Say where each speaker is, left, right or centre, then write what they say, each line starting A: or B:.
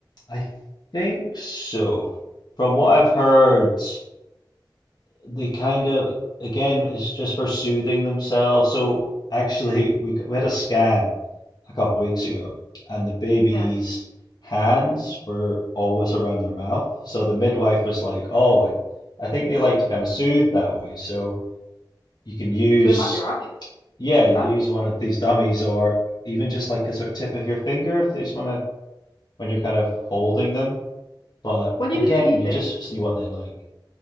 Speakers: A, on the left; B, on the left.
A: I think so. From what I've heard, they kind of again it's just for soothing themselves. So actually, <laughs> we g- we had a scan a couple of weeks ago, and the baby's
B: Yeah.
A: hands were always around their mouth. So the midwife was like, "Oh, I I think they like to kind of soothe that way. So you can use
B: So they might be all right.
A: yeah, use
B: Oh,
A: one of these dummies or even just like a sort of tip of your finger if they just want to when you're kind of holding them. But
B: when he
A: again,
B: was teething,
A: you just see what they like.